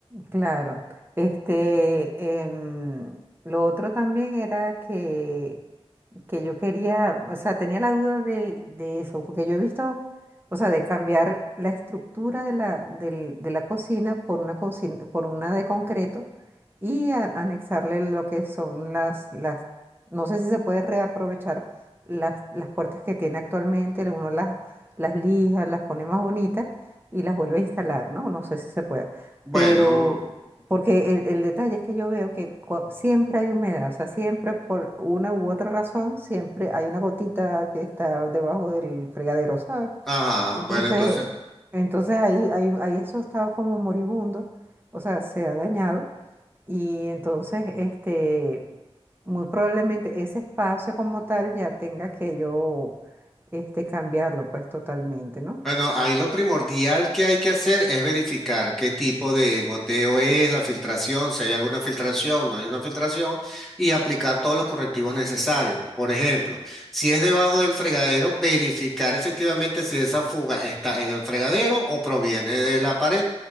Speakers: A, on the right; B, in the centre.
A: Claro, este, em, lo otro también era que que yo quería, o sea, tenía la duda de, de eso, porque yo he visto, o sea, de cambiar la estructura de la, del- de la cocina por una cocina, por una de concreto y a- anexarle lo que son las, las, no sé si se puede reaprovechar las, las puertas que tiene actualmente, uno las, las lija, las pone más bonitas y las vuelve a instalar, ¿no? No sé si se puede.
B: Bueno.
A: Pero, porque el, el detalle es que yo veo que siempre hay humedad, o sea, siempre por una u otra razón, siempre hay una gotita que está debajo del fregadero, ¿sabes?
B: Ajá,
A: Entonces,
B: bueno, entonces,
A: entonces ahí, ahí, ahí eso estaba como moribundo, o sea, se ha dañado. Y entonces, este, muy probablemente ese espacio como tal ya tenga que yo, este, cambiarlo pues totalmente, ¿no?
B: Bueno, ahí lo primordial que hay que hacer es verificar qué tipo de goteo es, la filtración, si hay alguna filtración, no hay una filtración, y aplicar todos los correctivos necesarios. Por ejemplo, si es debajo del fregadero, verificar efectivamente si esa fuga está en el fregadero o proviene de la pared,